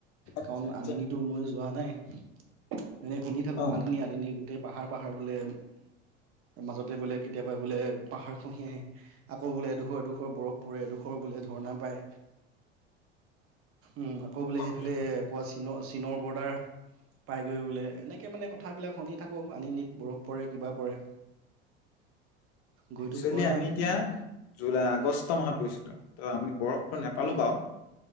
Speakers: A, on the left (about 50°); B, on the right (about 40°).
A: আচ্ছা
B: কাৰণ
A: আচ্ছা
B: আনি নিদো, ময়ো যোৱা নাই। অ <unintelligible> এনে শুনি থাকো
A: অ
B: আনিনি আনিনি গোটেই পাহাৰ পাহাৰ বোলে, মাজতে বোলে কেতিয়াবা বোলে পাহাৰ খহি আহে, আকৌ বোলে এডোখৰ এডোখৰ বৰফ পৰে, এডোখৰ বোলে ঝৰ্ণা পায়। উম আকৌ বোলে
A: আমি
B: সেইফালে কোৱা চীন চীনৰ বৰ্ডাৰ। পাইগৈ বোলে এনেকে মানে কথাবিলাক শুনি থাকোঁ। আনি নট বৰফ পৰে, কিবা পৰে গৈতো
A: একশ্যৱেলি
B: পোৱা নাই
A: আমি এতিয়া জুলাই আগষ্ট মাহত গৈছিলো। ত' আমি বৰফ নাপালো
B: উম
A: বাৰু।